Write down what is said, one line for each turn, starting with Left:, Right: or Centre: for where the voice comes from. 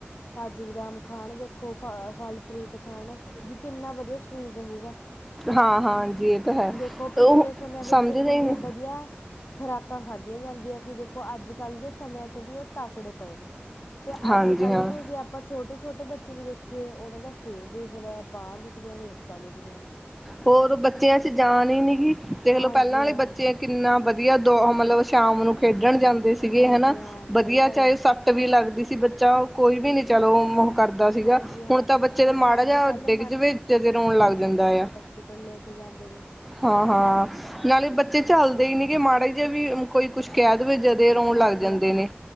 Left: ਕਾਜੂ ਬਦਾਮ ਖਾਣ ਦੇਖੋ ਫਲ ਫਰੂਟ ਖਾਣ ਵੀ ਕਿੰਨਾ ਵਧੀਆ ਸਰੀਰ ਰਹੇਗਾ।
Centre: ਹਾਂ ਹਾਂਜੀ। ਤਾਂ ਹੈ
Left: ਦੇਖੋ ਪਿਛਲੇ
Centre: ਉਹ
Left: ਸਮੇਂ ਵਿੱਚ
Centre: ਸਮਝਦੇ
Left: ਕਿੰਨੀਆਂ
Centre: ਹੀ ਨਹੀਂ
Left: ਵਧੀਆ ਖੁਰਾਕਾਂ ਖਾਧੀਆਂ ਜਾਂਦੀਆਂ ਸੀ। ਦੇਖੋ, ਅੱਜ- ਕੱਲ੍ਹ ਦੇ ਸਮਿਆਂ 'ਚ ਵੀ ਉਹ ਤਾਕੜੇ ਪਏ ਨੇ। ਤੇ
Centre: ਹਾਂਜੀ
Left: ਅੱਜ ਕੱਲ੍ਹ
Centre: ਹਾਂ
Left: ਦੇ ਜੇ ਆਪਾਂ ਛੋਟੇ -ਛੋਟੇ ਬੱਚੇ ਵੀ ਦੇਖੀਏ ਉਹਨਾਂ ਦਾ ਸਿਰ ਦੁਖਦਾ ਬਾਂਹ ਦੁਖਦੀਆਂ ਨੇ ਲੱਤਾਂ ਦੁਖਦੀਆਂ ਨੇ।
Centre: ਹੋਰ ਬੱਚਿਆਂ ਚ ਜਾਨ ਹੀ ਨੀ ਗੀ ਦੇਖਲੋ
Left: ਹਾਂਜੀ
Centre: ਪਹਿਲਾਂ ਵਾਲੇ
Left: ਹਾਂ
Centre: ਬੱਚੇ ਕਿੰਨਾ ਵਧੀਆ ਦੋ ਮਤਲਬ ਸ਼ਾਮ ਨੂੰ ਖੇਡਣ ਜਾਂਦੇ ਸੀਗੇ,
Left: ਹਾਂਜੀ
Centre: ਹਨਾ
Left: ਹਾਂ
Centre: ਵਧੀਆ
Left: ਸਹੀ ਗੱਲ
Centre: ਚਾਹੇ
Left: ਹੈ
Centre: ਸਭ। ਵੀ ਲੱਗਦੀ ਸੀ। ਬੱਚਾ ਕੋਈ ਵੀ ਨੀ। ਚਲੋ। ਕਰਦਾ ਸੀਗਾ
Left: ਹਾਂਜੀ ਹਾਂ
Centre: ਹੁਣ ਤਾਂ ਬੱਚੇ
Left: ਜਿਵੇਂ
Centre: ਦੇ ਮਾੜਾ
Left: ਅੱਜ
Centre: ਜਿਹਾ
Left: ਕੱਲ੍ਹ
Centre: ਡਿੱਗ ਜਾਵੇ ਜ ਤੇ ਰੋਣ ਲੱਗ ਜਾਂਦਾ ਆ।
Left: ਪਿਟਲ ਲੈ ਕੇ ਜਾਂਦੇ ਨੇ
Centre: ਹਾਂ -ਹਾਂ ਨਾਲੇ ਬੱਚੇ ਝੱਲਦੇ
Left: ਦੇਖੋ
Centre: ਹੀ ਨੀ ਗ ਮਾੜਾ ਜਿਹੇ ਵੀ ਕੋਈ ਕੁਛ ਕੈਦ, ਜਦੇ ਰੋਣ
Left: ਹਾਂਜੀ
Centre: ਲੱਗ ਜਾਂਦੇ
Left: ਹਾਂ
Centre: ਨੇ।